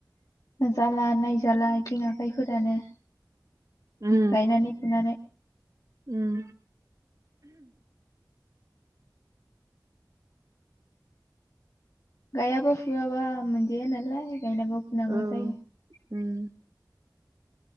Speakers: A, on the left; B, on the right.
A: होनजाला नायजाला आयथिं आखाइफोरानो
B: उम
A: गायनानै फुनानै ।
B: उम
A: गायाबा फुवाबा मोनजाया नालाय गायनांगौ फुनांगौ
B: औ
A: जायो ।
B: उम